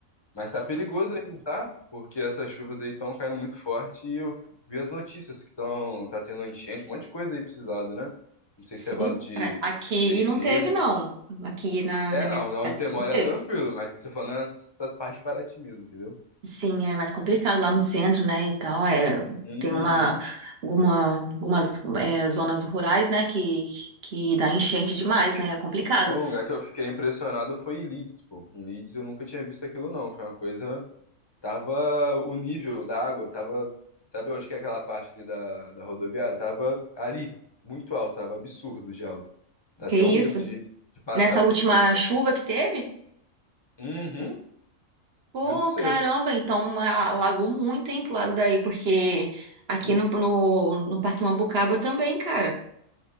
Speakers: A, on the left (about 25°); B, on the right (about 50°).
A: Mas tá perigoso ainda, tá? Porque essas chuvas aí estão caindo muito forte e eu vi as notícias que estão tá tendo enchente, um monte de coisa aí precisado, né? Não sei
B: Sim,
A: se é do lado de
B: cara. Aqui
A: Perequê.
B: não teve, não. Aqui na,
A: É,
B: na minha
A: não, onde
B: cidade
A: você
B: não
A: mora
B: teve.
A: é tranquilo, mas eu tô falando nessas partes de Paraty mesmo, entendeu?
B: Sim, é mais complicado lá no centro, né, e tal, é,
A: Uhum.
B: tem uma, alguma, algumas é, zonas rurais, né, que, que dá enchente demais, né, é complicado.
A: O lugar que eu fiquei impressionado foi em Leeds, pô. Em Leeds eu nunca tinha visto aquilo não, foi uma coisa Tava o nível da água, tava. Sabe onde que é aquela parte ali da, da rodoviária? Tava ali, muito alto, tava absurdo de alto. Dá
B: Que
A: até
B: isso?
A: um medo de, de passar
B: Nessa
A: nesses
B: última
A: lugares
B: chuva
A: assim.
B: que teve?
A: Uhum,
B: Pô,
A: juro pra você.
B: caramba, então alagou muito, hein, pro lado daí, porque aqui
A: Hum,
B: no, no, no Parque Mambucaba também, cara.